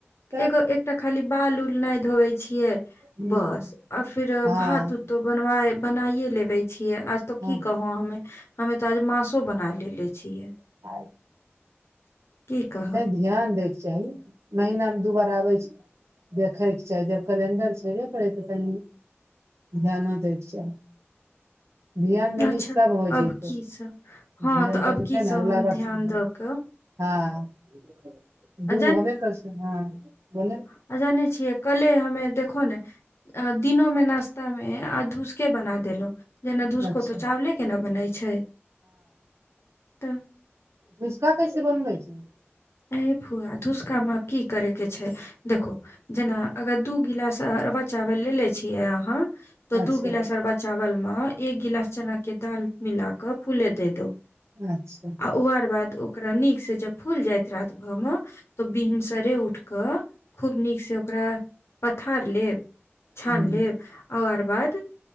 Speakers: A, on the right; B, on the left.
A: तब
B: एगो तटा खाली बाल उल नहि धोबै छियै
A: <inaudible>
B: बस आ फिर
A: हँ
B: भात उत तो बन बनाइे लेबे छियै आज तो
A: हँ
B: की कहू हमे हमे तऽ आज मासो बना लेलेे छियै
A: <inaudible>
B: की कहब
A: ध्यान दैके चाही महिना मे दू बार आबै छै देखैके चाही जब कैलेंडर छ होेबे करै तऽ तनि ध्यानो दैके चाही ध्यान देबी
B: अच्छा
A: सब हो जतौ
B: अब की सब हँ
A: ध्यान
B: तऽ
A: देबी
B: अब की
A: ते ने
B: सब
A: अगला
B: हम
A: बार स ध्यान
B: दऽ
A: दे
B: कऽ
A: हँ दूगो
B: आ
A: होबे करछे हँ बोल
B: अजा जाने छियै कले हमे देखो ने अ दिनो में नाश्ता मे आ धुसके बना देलो जेना धुसको
A: अच्छा
B: तऽ चावले केना बनै छै तऽ
A: धुसखा कैसे बनबै छी ही
B: ए फुआ धुसका म की करे के छै देखो जेना अगर दू गिलास अरवा चावल लेे छियै अहाँ तो
A: अच्छा
B: दू गिलास अरवा चावल मे एक गिलास चना के दाल मिला क फूले दे दो
A: अच्छा
B: ओ अरबाद ओकरा नीक स जब फुल जात रात भेर म त भिनसरे उठ क खूब नीकसँ ओकरा पथार लेब छान
A: हूँ
B: लेब आ ओकर बाद